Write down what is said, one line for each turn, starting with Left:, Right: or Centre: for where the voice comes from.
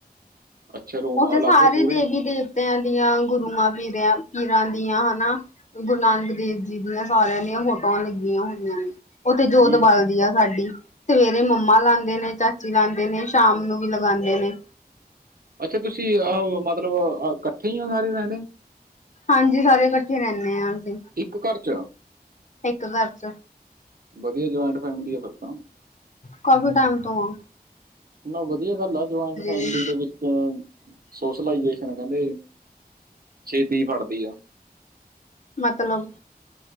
Right: ਅੱਛਾ ਰੂਮ
Left: ਔਥੇ
Right: ਅਲੱਗ
Left: ਸਾਰੀ
Right: ਪੂਰੇ
Left: ਦੇਵੀ -ਦੇਵਤਿਆਂ, ਦੀਆਂ ਗੁਰੂਆਂ, ਪੀਰਿਆਂ, ਪੀਰਾਂ ਦੀਆਂ ਹਨਾ। ਗੁਰੂ ਨਾਨਕ ਦੇਵ ਜੀ ਦੀਆਂ, ਸਾਰਿਆਂ ਦੀਆਂ ਫੋਟੋਆਂ ਲੱਗੀਆਂ ਹੋਈਆਂ ਨੇ। ਔਥੇ ਜੋਤ
Right: ਹੂੰ ਹੂੰ।
Left: ਬਾਲਦੀ ਆ ਸਾਡੀ। ਸਵੇਰੇ ਮੰਮਾ ਲਾਂਦੇ ਨੇ ਚਾਚੀ ਲਾਂਦੇ ਨੇ ਸ਼ਾਮ ਨੂੰ ਵੀ ਲਗਾਉਂਦੇ ਨੇ।
Right: ਅੱਛਾ ਤੁਸੀਂ ਉਹਹੋ ਮਤਲਬ ਕੱਠੇ ਹੀ ਹੋ ਸਾਰੇ ਜਾਨੇ।
Left: ਹਾਂਜੀ, ਸਾਰੇ ਕੱਠੇ ਰੈਣੇ ਆਂ ਅਸੀਂ।
Right: ਇੱਕ ਘਰ ਚ
Left: ਇੱਕ ਘਰ ਚ
Right: ਵਧੀਆ ਜੋਇੰਟ ਫੈਮਲੀ ਆ ਫਿਰ ਤਾ।
Left: ਕਾਫੀ ਟੈਮ ਤੋਂ ਆਂ।
Right: ਨਾ ਵਧੀਆ ਗੱਲ ਆ ਜੋਇੰਟ ਫੈਮਿਲੀ
Left: ਵੀ
Right: ਦੇ ਵਿੱਚ ਚ ਸੋਸ਼ਲਾਈਜੇਸ਼ਨ ਕੈੰਦੇ ਜੀ ਛੇਤੀ ਫੜਦੀ ਆ।
Left: ਮਤਲਬ?